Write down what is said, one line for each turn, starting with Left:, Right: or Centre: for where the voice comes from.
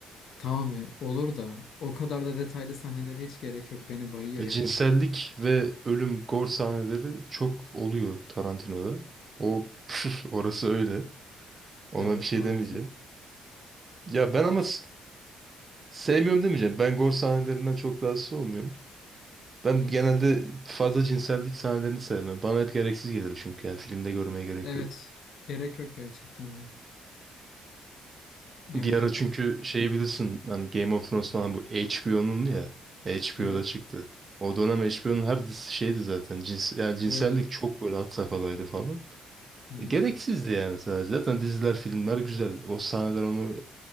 Left: tamam ya, olur da o kadar da detaylı sahnelere hiç gerek yok. Beni bayıyor
Right: Ya
Left: yani.
Right: cinsellik ve ölüm gore sahneleri çok oluyor Tarantino'da. O <laughs> orası öyle. Ona
Left: Evet
Right: bir şey
Left: maalesef.
Right: demeyeceğim. Ya ben ama s- sevmiyorum demeyeceğim. Ben gore sahnelerinden çok rahatsız olmuyorum. Ben
Left: Hmm.
Right: genelde fazla cinsellik sahnelerini sevmem. Bana hep gereksiz gelir çünkü yani filmde görmeye gerek
Left: Evet.
Right: yok.
Left: Gerek yok gerçekten de. Yani
Right: Bir ara çünkü şey bilirsin hani Game of Thrones falan bu HBO'nun ya. HBO'da
Left: evet.
Right: çıktı. O dönem HBO'nun her dizisi şeydi zaten. Cins, yani cinsellik
Left: Öyle.
Right: çok böyle had safhadaydı falan.
Left: Hmm.
Right: E, gereksizdi yani sadece. Zaten diziler, filmler güzel. O sahneler onu